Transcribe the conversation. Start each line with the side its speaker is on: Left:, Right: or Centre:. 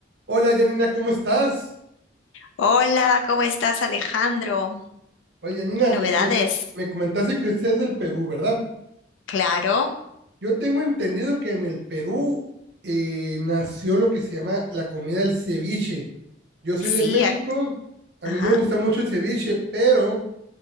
Right: Hola Janina, ¿cómo estás?
Left: Hola, ¿cómo estás, Alejandro?
Right: Oye Janina,
Left: ¿Qué
Right: me,
Left: novedades?
Right: me, me comentaste que usted es del Perú, ¿verdad?
Left: Claro,
Right: Yo tengo entendido que en el Perú eh, nació lo que se llama la comida del ceviche. Yo soy
Left: sí,
Right: de México,
Left: ac-
Right: a
Left: ajá,
Right: mí me gusta mucho el ceviche, pero